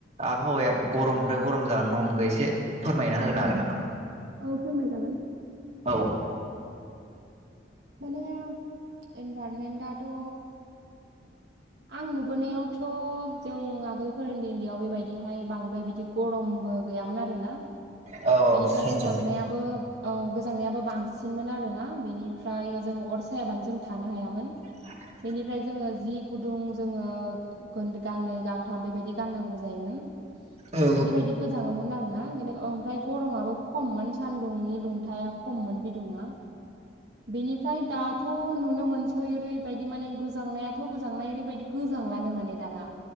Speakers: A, on the right; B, on the right.
A: आबहावाया गरमनिफ्राय गरम जालां हमखो एसे फोरायना होनो हागोन नामा
B: औ फोरमायजागोन
A: औ
B: माने एनभारमेन्ट आथ' आं नुबोनायावथ' जों आगोल फोरोंन्दै उन्दैयाव बेबायदिहाय बांद्राय बिदि गरमबो गैयामोन आरोना
A: औ
B: बेनिफ्राय
A: सैथो
B: गोजांनाया बो औ गोजांनायाबो बांसिनमोन आरोना बेनिफ्राय जों अर सायाबानो जों थानो हायामोन
A: <inaudible>
B: बेनिफ्राय जोङो जि गुदुं जोङो गांनै गांथाम बेबायदि गाननांगौ जायोमोन
A: औ
B: ओरैबायदि गोजाङोमोन आरो ना ओमफ्राय गरमाबो खममोन सान्दुंनि दुंथाया खममोन बिदुङा बेनिफ्राय दाथ' नुनो मोनसै ओरैबायदि माने गोजांनायाथ' गोजांनाय ओरैबायदि गोजांल्लानो माने दाना